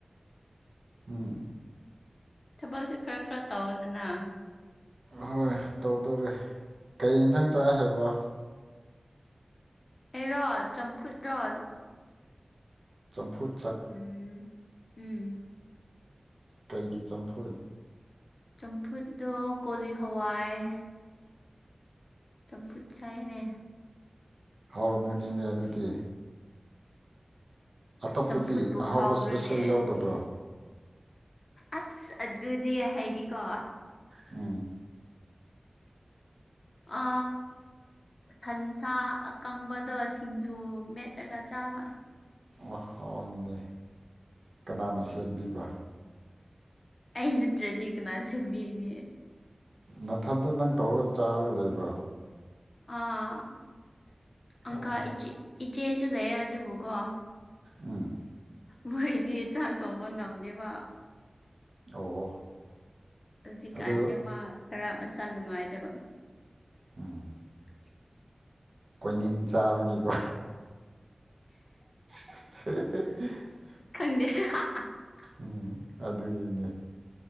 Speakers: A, on the right (about 80°); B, on the left (about 55°).
A: ꯎꯝ
B: ꯊꯕꯛꯁꯦ ꯈꯔ ꯈꯔ ꯇꯧꯗꯅ
A: ꯑꯍꯣꯏ ꯇꯧ ꯇꯧꯔꯦ ꯀꯩ ꯑꯦꯟꯁꯥꯡ ꯆꯥꯏ ꯍꯥꯏꯕ꯭ꯔ
B: ꯑꯦ ꯔꯣ ꯆꯝꯐꯨꯠ ꯔꯣꯜ
A: ꯆꯝꯐꯨ
B: ꯎꯝ ꯎꯝ
A: ꯀꯩꯒꯤ ꯆꯝꯐꯨꯜ
B: ꯆꯝꯐꯨꯠꯗ ꯀꯣꯜꯂꯤ ꯍꯋꯥꯥꯏ ꯆꯝꯐꯨꯠ ꯁꯥꯏꯅꯦ
A: ꯍꯧꯥꯎꯔꯝꯒꯅꯤꯅꯦ ꯑꯗꯨꯗꯤ ꯑꯇꯣꯞꯄꯗꯤ
B: ꯆꯝꯐꯨꯠꯕꯨ
A: ꯑꯍꯥꯎꯕ
B: ꯍꯥꯎꯕ꯭ꯔꯅꯦ
A: ꯏꯁꯄꯦꯁꯦꯜ ꯌꯥꯎꯗꯕ꯭ꯔꯥ
B: ꯑꯁ ꯑꯗꯨꯗꯤ ꯍꯥꯏꯒꯦꯀꯣ
A: ꯎꯝ
B: ꯑ ꯁꯟꯁꯥ ꯑꯀꯪꯕꯗꯣ ꯁꯤꯡꯖꯨ ꯃꯦꯠꯇ꯭ꯔꯒ ꯆꯥꯕ
A: ꯑ ꯍꯥꯎꯅꯤꯅꯦ ꯀꯅꯥꯅ ꯁꯦꯝꯕꯤꯕ
B: ꯎꯝ ꯑꯩ ꯅꯠꯇ꯭ꯔꯗꯤ ꯀꯅꯥ ꯁꯦꯝꯕꯤꯅꯤ
A: ꯃꯊꯟꯇ ꯅꯪ ꯇꯧꯔꯒ ꯆꯥꯔꯒ ꯂꯩꯕ꯭ꯔꯣ
B: ꯑꯥ ꯑꯪꯀꯥ
A: ꯑꯣ
B: ꯏꯆꯦꯁꯨ ꯂꯩ ꯑꯗꯨꯕꯨꯀꯣ
A: ꯎꯝ
B: ꯃꯣꯏꯗꯤ ꯆꯥꯛ ꯊꯣꯡꯕ ꯉꯝꯗꯦꯕ
A: ꯑꯣ
B: ꯍꯧꯖꯤꯛꯀꯥꯟꯁꯦ
A: ꯑꯗꯨ
B: ꯃꯥ ꯈꯔꯥ ꯃꯁꯥ ꯅꯨꯡꯉꯥꯏꯇꯕ
A: ꯎꯝ
B: <unintelligible>
A: ꯀꯣꯏꯅꯤꯟ ꯆꯥꯕꯒꯤꯀꯣ <inaudible>
B: <inaudible>
A: ꯎꯝ ꯑꯗꯨꯒꯤꯅꯦ